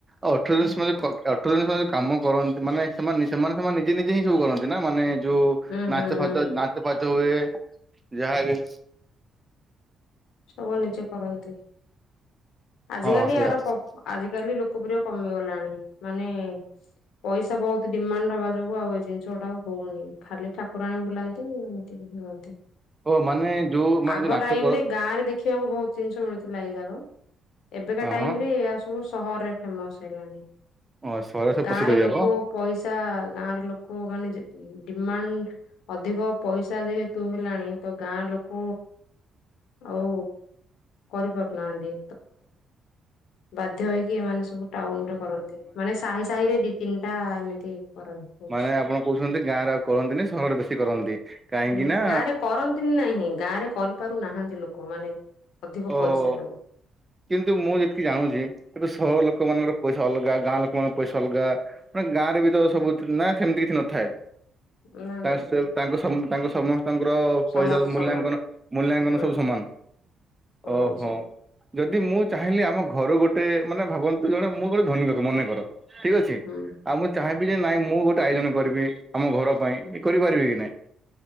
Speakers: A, on the right (about 15°); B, on the left (about 80°).
A: ଆଉ ଅଠର
B: ହୁଁ
A: ଜିନିଷ ମ ଅଠର ଜିନିଷ ଯ କାମ କରନ୍ତି ମାନେ ସେମାନେ ସେମାନେ ସେମାନେ ନିଜେ ନିଜେ ହିଁ ସବୁ କରନ୍ତି ନା ମାନେ ଯୋଉ
B: ହୁଁ
A: ନାଚ
B: ହୁଁ
A: ଫାଚ ନାଚ ଫାଚ ହୁଏ। ଯାହା ବି
B: ସବୁ ନିଜେ କରନ୍ତି। ଆଜିକାଲି
A: ହଁ ସେଇଆ
B: ଆାର ଆଜିକାଲି ଲୋକପ୍ରିୟ କମିଗଲାଣି ମାନେ। ପଇସା ବହୁତ ଡିମାଣ୍ଡ ହବା ଯୋଗୁ ଆଉ ଏଇ ଜିନିଷ ଗୁଡା ହଉନି ଖାଲି ଠାକୁର ଠାକୁରାଣୀ ବୁଲାନ୍ତି ଏମିତି
A: ଓ ମାନେ ଯୋଉ ମାନେ
B: ଆଗ
A: ଯୋଉ ନାଚ
B: ଟାଇମରେ
A: କର
B: ଗାଁ ରେ ଦେଖ ଦେଖକୁ ବହୁତ ଜିନିଷ ମିଳୁଥିଲା ଏଇ ଯାକ ଏବେକା
A: ହଁ
B: ଟାଇମ
A: ହଁ
B: ରେ ସବୁ ସହରରେ ଫେମସ ହେଇଲାଣି
A: ହଁ ସହରରେ
B: ଗାଁରେ
A: ପ୍ରସିଦ୍ଧ ଯାକ
B: ଲୋକ ପଇସା ଗାଁରେ ଲୋକ ମାନେ ଡିମାଣ୍ଡ ଅଧିକ ପଇସା ଯେହେତୁ ତୁ ହେଲାଣି ତ ଗାଁ ଲୋକ ଆଉ କରିପାରୁନାହାନ୍ତି। ବାଧ୍ୟ ହୋଇକି ଏମାନେ ସବୁ ଟାଉନରେ କରନ୍ତି ମାନେ ସାହି ସାହି ରେ ଦି ତିନିଟା ଏମିତି କର ହଉଛି।
A: ମାନେ ଆପଣ କହୁଛନ୍ତି ଗାଁରେ ଆଉ କରନ୍ତିନି ସହରରେ ବେଶୀ କରନ୍ତି କାହିଁକି
B: ହୁଁ
A: ନା
B: ଗାଁ ରେ କରନ୍ତିନି ନାହିଁ ଗାଁ ରେ କରିପାରୁ ନାହାନ୍ତି ଲୋକ ମାନେ ଅଧିକ
A: ଓହୋ
B: ପଇସା ଦାଉ
A: କିନ୍ତୁ ମୁଁ ଯେତିକି ଜାଣୁଛି ଏଟୁ ସହର ଲୋକମାନଙ୍କର ପଇସା ଅଲଗା ଗାଁ ଲୋକଙ୍କ ପଇସା ସଲଗା ମାନେ ଗାଁ ରେ ବି ତ ସବୁ ନା ସେମିତି କିଛି ନଥାଏ
B: ନା
A: ତାଙ୍କ
B: ନା ସେମିତି କିଛି ନାହିଁ।
A: ତାଙ୍କ ସମସ୍ତଙ୍କର
B: ସମସ୍ତେ
A: ପଇସା ମୂଲ୍ୟାଙ୍କନ
B: ସମାନ
A: ମୂଲ୍ୟାଙ୍କନ
B: ହୁଁ
A: ସବୁ
B: ହୁଁ
A: ସମାନ
B: ସମାନ
A: ଓହୋ
B: ସବୁ
A: ଯଦି ମୁଁ ଚାହିଁଲି ଆମ ଘର ଗ ଗୋଟେ ମାନେ ଭାବନ୍ତୁ ଜଣେ ମୁଁ ଗୋଟେ ଧନୀ ମନେକର ଠିକ ଅଛି
B: ହୁଁ
A: ଆଉ ମୁଁ ଚାହିଁବି ଯେ ନାଇଁ ମୁଁ ଗୋଟେ ଆୟୋଜନ କରିବି ଆମ ଘର ପାଇଁ କରିପାରିବି କି ନାଇଁ